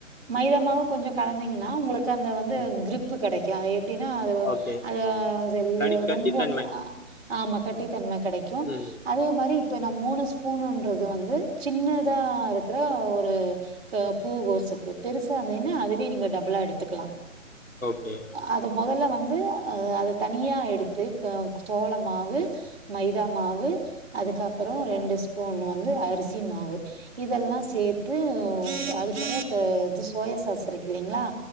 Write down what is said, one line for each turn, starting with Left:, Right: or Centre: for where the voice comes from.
Right: மைதாமாவு கொஞ்சோ கலந்திங்கன்னா உங்களுக்கு அந்த வந்து
Left: ம்
Right: கிரிப்பு கெடைக்கு எப் ப்டின்னா அது வ
Left: ஓகே
Right: அதுல்யோ
Left: கடி கட்டித்தன்மை
Right: ரொம்போ ஆமா கட்டித்தன்ம கெடைக் க்கு
Left: ம்
Right: அதே மாரி ப்பு நா மூனு ஸ்பூனுன்றது வந்து சின்னதா இருக்கிற ஒரு க பூ கோசுக்கு பெருசாநன்னு அதுவே நீங்க டபுளா எடுத்துக்கலா
Left: ஓகே
Right: அது மொதல்ல வந்து அ அத தனியா எடுத்து க தோளமாவு மைதாமாவு அதுக்கப்புறோ ரெண்டு ஸ்பூன் வந்து அரிசிமாவு இதெல்லா சேத்து அது கூட க இது சோயா சாஸ் இருக்கு இல்லிங்களா